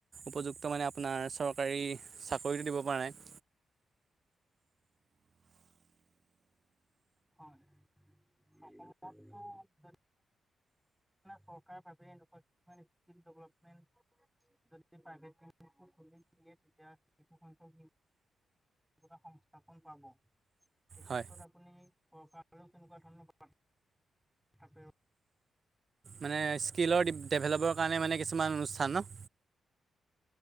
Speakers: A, on the right; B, in the centre.
A: উপযুক্ত মানে আপোনাৰ চৰকাৰী চাকৰিটো দিব পৰা নাই',
B: হয়, অসমত', অহ', চৰকাৰ ভাৱে এনেকুৱা কিছুমান স্কিম ডেভেলপমেণ্ট, যদি প্ৰাইভেট স্কিম', যদি খুলি দিয়ে ', এতিয়া কিছু সংখ্যক নিবনুৱা সংস্থাপন পাব, এই
A: হয়
B: ক্ষেত্ৰত আপ', আপুনি প্ৰশাসনক‌ কোনোবা ধৰণৰ বাৰ্তা প্ৰেৰণ ',
A: মানে স্কিলৰ ডেভেলপৰ কাৰণে মানে কিছুমান অনুষ্ঠান ন',